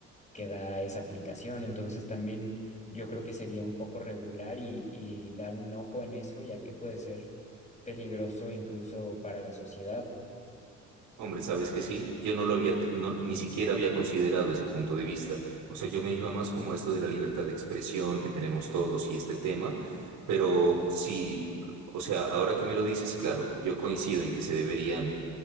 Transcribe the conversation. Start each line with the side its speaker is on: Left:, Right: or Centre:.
Left: que da esa aplicación. Entonces también yo creo que sería un poco regular y, y dar un ojo en eso, ya que puede ser peligroso incluso para la sociedad.
Right: Hombre, ¿sabes que sí? Yo no lo había, no- ni siquiera había considerado ese punto de vista. O sea, yo me iba más como a esto de la libertad de expresión que tenemos todos y este tema, pero sí, o sea, ahora que me lo dices, claro, yo coincido en que se deberían,